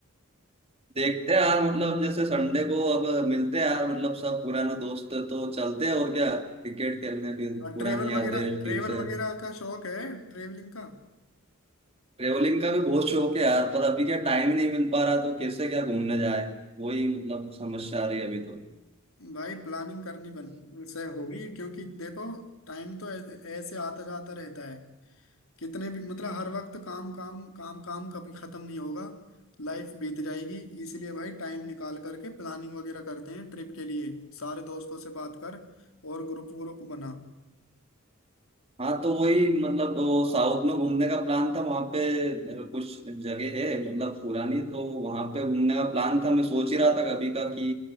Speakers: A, on the right; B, on the left.
A: देखते हैं यार मतलब जैसे संडे को अब मिलते हैं यार मतलब सब पुराने दोस्त तो चलते हैं और क्या क्रिकेट खेलने भी
B: हाँ
A: पुरानी
B: ट्रेवल वगैरह
A: यादें
B: ट्रेवल
A: फिर से
B: वगैरह का शौक है ट्रेवलिंग का
A: ट्रेवलिंग का भी बहुत शौक है यार पर अभी क्या टाइम ही नहीं मिल पा रहा तो कैसे क्या घूमने जाए वही मतलब समस्या आ रही है अभी तो
B: भाई प्लानिंग करनी बन से होगी क्योंकि देखो टाइम तो ऐ- ऐसे आता जाता रहता है कितने भी मतलब हर वक्त काम काम काम काम कभी खत्म नहीं होगा लाइफ बीत जाएगी इसलिए भाई टाइम निकाल करके प्लानिंग वगैरह करते हैं ट्रिप के लिए सारे दोस्तों से बात कर और ग्रुप व्रुप बना
A: हाँ तो वही मतलब वो साउथ में घूमने का प्लान था वहां पे अ, कुछ जगह है मतलब पुरानी तो वहां पे घूमने का प्लान था मैं सोच ही रहा था कभी का कि